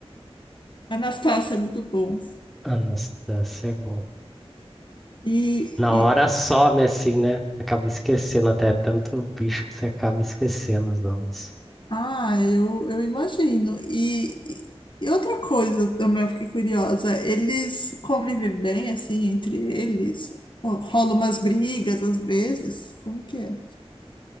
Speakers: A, on the left; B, in the centre.
A: Anastácia é muito bom.
B: Anastácia é bom.
A: E,
B: Na hora some assim, né? Acaba esquecendo até tanto bicho que você acaba esquecendo os nomes.
A: Ah, eu, eu imagino. E, e e outra coisa também eu fiquei curiosa, eles convivem bem assim entre eles? Ou Rola umas brigas às vezes? Como que é?